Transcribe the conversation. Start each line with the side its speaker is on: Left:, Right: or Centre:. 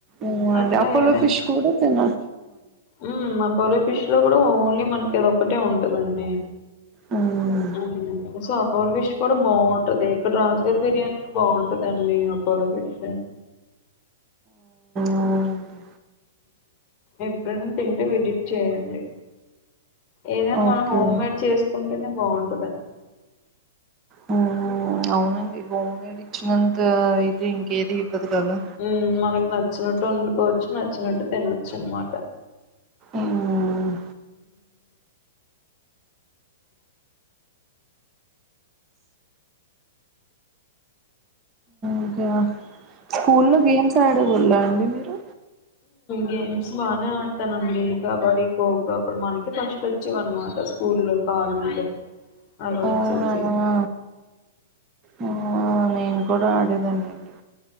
Right: ఉమ్
Left: అట్లా
Right: అపోలో
Left: ఏమైనా
Right: ఫిష్ కూడా తిన
Left: ఉమ్ అపోలో ఫి ఫిష్ లో కూడా ఓన్లీ మనకి అది ఒక్కటే ఉంటదండి
Right: మ్మ్ మ్మ్
Left: ఉం సో అపోల ఫిష్ కూడా బాగుంటది ఇక్కడ రాజగారి బిర్యానీ కుడా బాగుంటది అపోల ఫిష్
Right: అవునండి
Left: ఎప్పుడైనా తింటే విజిట్ చేయండి ఏదైనా
Right: ఓకే
Left: మనం హోమ్ మేడ్ చేసుకుంటేనే బాగుంటంది <inaudible>
Right: మ్మ్ అవునండి హోమ్ మేడ్ ఇచ్చినంత ఇది ఇంకేది ఇవ్వదు కదా
Left: ఉమ్ మనకి నచ్చినట్లు ఉంది వచ్చి నచ్చినట్టు తినచ్చు అన్మట
Right: మ్మ్ ఓకే స్కూల్లో గేమ్స్ ఆడే వాళ్ళ అండి మీరు
Left: గేమ్స్ బాగానే ఆడతానండి కబడ్డీ ఖోఖో అప్పుడు మనకి ఫస్ట్ వచ్చేవి అనమాట స్కూ లో కాలేజ్ లో అలా
Right: అవునా
Left: వచ్చేసి
Right: ఆ నేను కూడా ఆడేదానండి